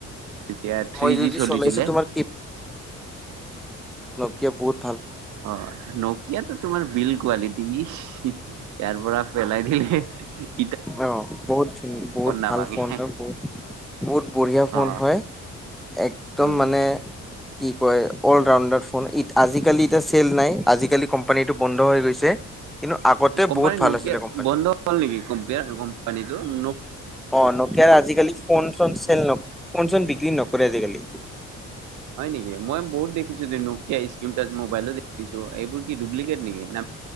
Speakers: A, on the right; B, in the centre.
A: তেতিয়া থ্ৰী
B: মই যদি
A: জি চলিছিলে।
B: চলাইছো তোমাৰ কিয় বুত ।
A: অ নকিয়াতটো তোমাৰ । বিল্ কোৱালিটি ইয়াৰ পৰা পেলাই দিলে ।
B: অঁ বহুত ধ বহুত
A: নাভাঙে।
B: ভাল ফোন হয় বহুত বঢ়িয়া ফোন
A: অ
B: হয় একদম
A: উম,
B: মানে । কি কয় অল ৰাউণ্ডাৰ ফোন আজিকালি এতিয়া চেল নাই আজিকালি কোম্পানীটো বন্ধ হৈ গৈছে। কিন্তু আগতে
A: কোম্পানী
B: বহুত ভাল
A: নকিয়া
B: আছিলে কোম্পানী
A: বন্ধ হল নেকি কম্পিয়া । কোম্পানীটো ন।
B: অ নকিয়া আজিকালি ফোন চোন চেল ফোন চোন বিক্ৰী নকৰে আজিকালি।
A: হয় নেকি মই বহুত দেখিছো নকিয়া স্ক্ৰীন টাৰ্চ মবাইলো দেখিছো এইবোৰ কি ডুপ্লিকট নেকি? ন